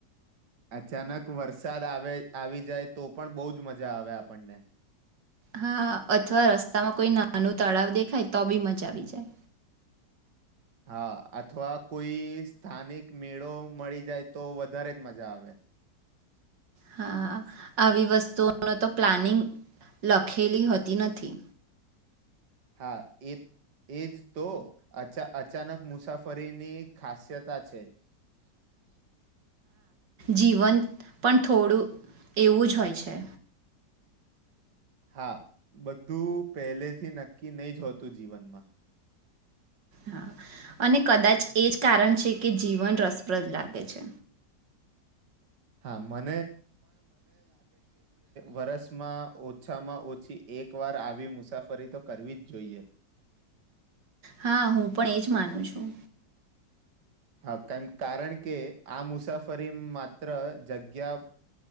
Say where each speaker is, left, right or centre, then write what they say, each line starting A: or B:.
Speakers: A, on the right; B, on the right.
A: અચાનક વરસાદ આવે આવી જાય તો પણ બહુ જ મજા આવે આપણને.
B: હા અથવા રસ્તામાં કોઈ નાનું તળાવ દેખાય તો બી મચા આવી જાય.
A: હા અથવા કોઈ સ્થાનિક મેળો મળી જાય તો વધારે જ મજા આવે.
B: હા, આવી વસ્તુઓ ન તો પ્લાનિંગ લખેલી હોતી નથી.
A: હા એ એજ તો અચા અચાનક મુસાફરીની ખાસ્યતા છે.
B: જીવંત પણ થોડું એવું જ હોય છે.
A: હા. બધું પહેલેથી નક્કી નહી જ હોતું જીવનમાં.
B: હા અને કદાચ એ જ કારણ છે કે જીવન રસપ્રદ લાગે છે.
A: હા, મર વરસમાં ઓછામાં ઓછી એક વાર આવી મુસાફરી તો કરવી જ જોઈએ
B: હા હું પણ એજ માનું છું.
A: હા કન કારણ કે આ મુસાફરી માત્ર જગ્યા